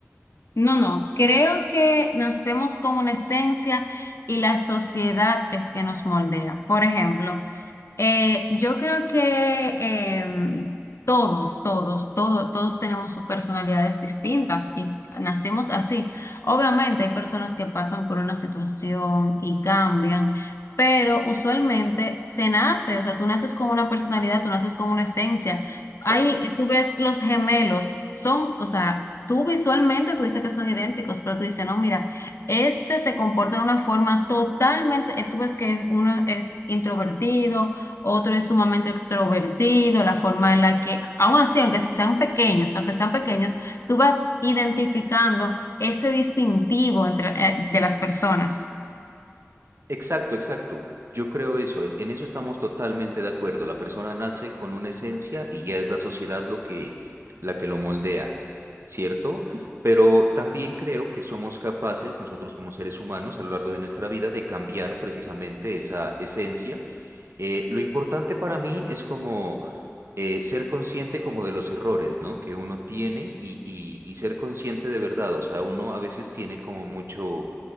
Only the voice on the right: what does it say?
Exacto.
Exacto, exacto. Yo creo eso, en, en eso estamos totalmente de acuerdo. La persona nace con una esencia y ya es la sociedad lo que, la que lo moldea, ¿cierto? Pero también creo que somos capaces, nosotros como seres humanos, a lo largo de nuestra vida, de cambiar precisamente esa esencia eh, lo importante para mí es como eh, ser consciente como de los errores, ¿no? Que uno tiene y, y- y ser consciente de verdad. O sea, uno a veces tiene como mucho,